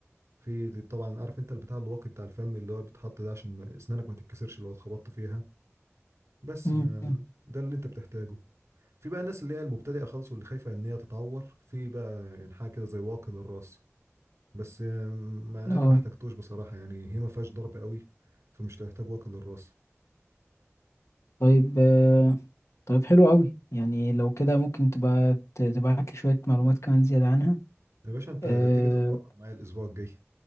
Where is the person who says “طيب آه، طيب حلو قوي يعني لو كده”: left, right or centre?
Left